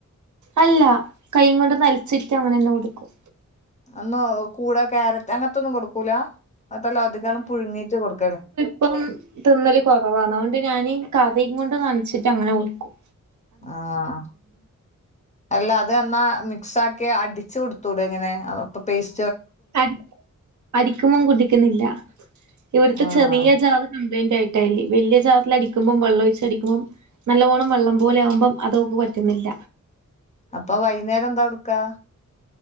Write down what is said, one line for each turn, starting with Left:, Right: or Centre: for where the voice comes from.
Right: അല്ലാ, കൈങ്ങൊണ്ട് നൽച്ചിട്ട് അങ്ങനെന്നെ കുടിക്കും.
Left: അന്ന് കൂടെ ക്യാരറ്റ് അങ്ങത്തൊന്നും കൊടുക്കൂലാ, അതല്ലാം അധികളം പുഴുങ്ങീട്ട് കൊടുക്കല്.
Right: പ്പം തിന്നല് കൊറവാണ്. അഓണ്ട് ഞാന് കറിങ്ങൊണ്ട് നൻച്ചിട്ട് അങ്ങനെ കൊട്ക്കും.
Left: ആഹ്, അല്ല അത് എന്നാ മിക്സാക്കി അടിച്ച് കൊട് ത്തൂടെങ്ങനെ, അ അപ്പം പേസ്
Right: അ <unintelligible> അടിക്കുമ്പം കുടിക്ക്ന്നില്ല. ഇവിടുത്തെ
Left: ആഹ്
Right: ചെറിയ ജാറ് കംപ്ലയിന്റായിറ്റാല്ലെ, വെല്യ ജാർലടിക്കുമ്പം വെള്ളം ഒയിച്ചടിക്ക്മ്പം നല്ലോണം വെള്ളം പോലെയാവുമ്പം അതോക്ക് പറ്റുന്നില്ല.
Left: അപ്പൊ വൈന്നേരം ന്താ കൊട്ക്കാ?